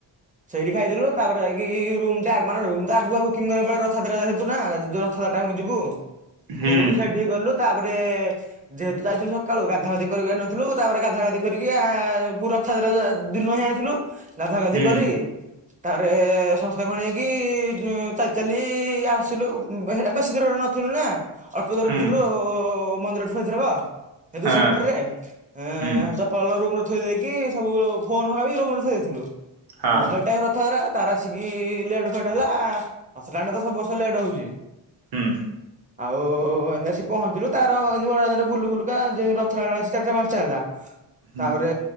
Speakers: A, on the right; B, on the right.
A: ସେଇଠି ଖାଇଥିଲୁ ତାପରେ ଯାଇକି ରୁମ୍ ଟେ ମାନେ ରୁମ ଟା ଆଗୁଆ ବୁକିଙ୍ଗ କରିବାକୁ ପଡିବ ରଥଯାତ୍ରା ଯେହେତୁନା ଯଦି ରଥଯା ଯିବୁ
B: ହୁଁ
A: <unintelligible> ତାପରେ ଯେହେତୁ ଯାଇଥିଲୁ ସକାଳୁ ଗାଧା ଗଧି କରିପାରି ନଥିଲୁ ତାପରେ ଗାଧା ଗାଧି କରି କି ଆ ରଥଯାତ୍ରା ଦିନହିଁ ଯାଇଥିଲୁ ଗାଧା ଗାଧି
B: ହୁଁ
A: କରି ତାପରେ ସମସ୍ତେ କଣ ହେଇକି ଚାଲି ଚାଲି ଆସିଲୁ ହେରା ବେଶୀ ଦୂରରେ ନଥିଲୁ ନା ଅଳ୍ପ ଦୂରରେଥିଲୁ
B: ହୁଁ
A: ମନ୍ଦିର ଠୁ ଏଇଥରକ ଦୁଇଶ
B: ହଁ
A: ମିଟର ରେ ଏଁ
B: ହୁଁ
A: ହେଇଠୁ ତ ରୁମରେ ଥୋଇ ଦେଇକି ସବୁ ଫୋନ ହକାବି ରୁମ ରେ ଥୋଇ ଦେଇଥିଲୁ
B: ହଁ
A: ଗହଳି ଟାଇମ ରଥଯାତ୍ରା ତାର ଆସିକି ଲେଟ୍ ଫେଟ୍ ହେଲା ଆସିଲାଣ୍ଡେ ତ ସବୁ ବସ ଲେଟ୍ ହଉଛି।
B: ହୁଁ।
A: ଆଉ ଏମିତି ଆସି ପହଞ୍ଚିଲୁ ତାର ଏମିତିଡ ବୁଲୁ ବୁଲୁକା ରଥ ଲାଣ ଚାରିଟା ପାଞ୍ଚଟା ହେଲା।
B: ହୁଁ
A: ତାପରେ